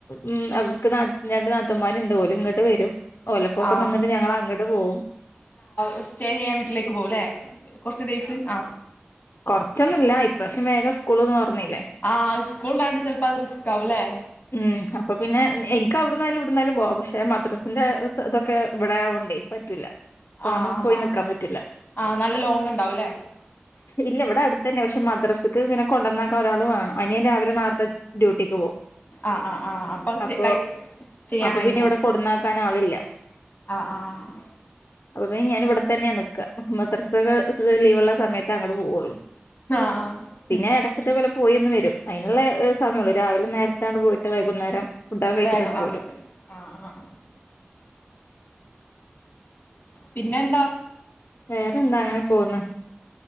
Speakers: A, on the left; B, on the left.
A: ഉം അവർക്ക് രണ്ട് നത്തുൻ മാർ ഉണ്ട് ഓല് ഇങ്ങോട്ട് വരും ഓലപ്പൊക്കെ
B: ആ
A: നിന്നിട്ട് ഞങ്ങള് അങ്ങട്ട് പോവും
B: ഉച്ചരിന്നാല് വീട്ടിലേക്ക് പോകലേ കുറച്ചു ടെയ്സ് ആഹ്
A: കൊറച്ചൊന്നുമില്ല ഇപ്രാവശ്യം വേഗം സ്കൂൾ തുറന്നില്ലെ
B: ആ സ്കൂൾ ഉണ്ടായിണ്ട് ചിലപ്പോൾ അത് റിസ്ക് ആകുല്ലേ
A: ഉം അപ്പൊ പിന്നെ എനിക്ക് അവിടുന്നായാലും ഇവിടുന്നായാലും പോവാം പക്ഷെ മദ്രാസിന്റെ ഇതൊക്കെ ഇവിടെ ആയോണ്ട് പറ്റൂല തോനെ
B: ആഹ്
A: പോയി
B: ആന്
A: നിക്കാൻ പറ്റൂല്ല
B: ആനല്ല ലോങ്ങ്ഉണ്ടാവും ല്ലേ
A: ഇല്ല ഇവിടെ അടുത്തന്നെ പക്ഷെ മദ്രാസക്ക് ഇങ്ങനെ കൊണ്ടുവന്നാക്ക ഒരാൾ വേണം അനിയാൻ രാവിലെ നാർത്തെ ഡ്യൂട്ടിക്ക് പോവും
B: ആഹ് ആഹ് ആഹ് അത്
A: അപ്പൊ
B: കൈ ചെയ്യാൻ
A: അപ്പൊ
B: കഴിയില്ല
A: പിന്നെ ഇവിടെ കൊടുന്നാക്കാൻ ആളില്ല
B: ആഹ് ആഹ്
A: അപ്പൊ ഞാൻ ഇവിടെത്തന്നെ നിക്കാ മദ്രസകൾ ലീവുള്ള സമയത്ത് അങ്ങോട്ട് പോവൊ ഒള്ളൂ
B: ആഹ്
A: പിന്നെ
B: ഉം
A: എടക്കൊക്കെ പോയെന്നു വരും അതിനുള്ള സമയള്ളൂ രാവിലെ നേരത്താണ് പോയിട്ട് വൈകുന്നേരം ഫുഡൊക്കെ കഴിച്ചിട്ടാണ്
B: വേഗം
A: പോരും
B: ആഹ് ആഹ് ആഹ് പിന്നെ എന്താ
A: വേറെന്താ അങ്ങനെ പോക്ന്ന്